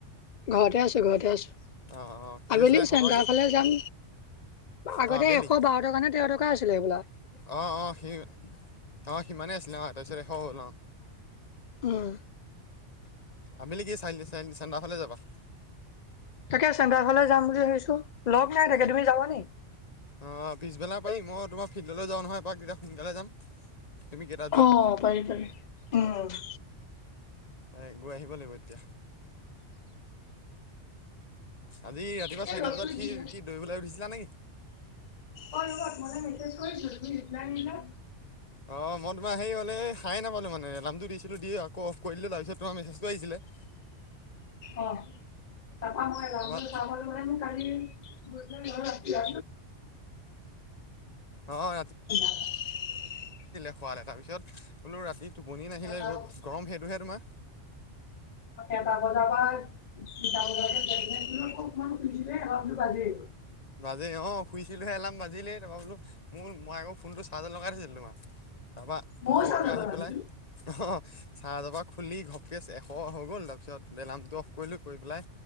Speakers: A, on the left; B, on the left.
A: ঘৰতে আছো ঘৰতে আছো
B: অ' অ' কি
A: আবেলি
B: আছিলে
A: চেণ্টাৰ
B: সতৰা কি
A: ফালে যাম। আগতে
B: অ' আবেলি
A: এশ বাৰ টকা নে তেৰ টকা আছিলে সবোলা
B: অ অ সি অ সিমানেই আছিলে অ তাৰপিছত এশ হ'ল অ
A: আহ
B: আবেলি কি চেণ্টাৰ ফালে যাবা
A: তাকে চেণ্টাৰ ফালে যাম বুলি ভাবিছো লগ নাই
B: তাকে
A: তুমি যাবা নি
B: অ পিছবেলা পাৰিম মই তোমাৰ ফিল্ডলৈ যাওঁ নহয় এপাক তেতিয়া সোনকালে যাম তুমি কেইটাত যোৱা
A: অ পাৰি পাৰি উম
B: এই গৈ আহিব লাগিব এতিয়া আজি ৰাতিপুৱা
A: এতিয়া
B: চাৰিটা
A: ৰ'দটো
B: বজাত উঠি
A: দিলে
B: কি দৌৰিবলৈ উঠিছিলা নেকি?
A: হয় মই মেছেজ কৰিছিলো তুমি ৰিপ্লাই নিদিলা।
B: অ মই তোমাৰ হেৰি হলে সাৰে নাপালো মানে এলামটো দিছিলো দি আকৌ অফ কৰি দিলো তাৰপিছত তোমাৰ মেছেজটো আহিছিলে <inaudible>
A: আহ তাপা মই ৰা
B: তাৰপৰা
A: কামল মানে মই কালি ৰা ৰা
B: অঁ
A: <unintelligible>
B: খোৱালে তাৰপিছত বোলো ৰাতি টোপনি নাহিলে
A: এটা
B: ৰ'দ গৰম সেইটোহে তোমাৰ।
A: এটা বজাৰ পৰা তিনিটা বজালৈকে অ সম সুধিছিলে দুটা বাজেয়েই গ'ল।
B: বাজে অ শুইছিলোহে এলাম বাজিলেই তাপৰা বোলো। মোৰ মই আকৌ ফোনটো চাৰ্জ লগাই থৈছিলোঁ তোমাৰ। তাৰপৰা
A: ময়ো
B: ঘপককৈ
A: চাওঁ যাবা
B: আহি
A: ভাবিছো
B: পেলাই অ চাৰ্জৰ পৰা খুলি ঘপ কেছ এশ হৈ গ'ল তাৰপিছত এলাৰ্মটো অফ কৰিলোঁ কৰি পেলাই।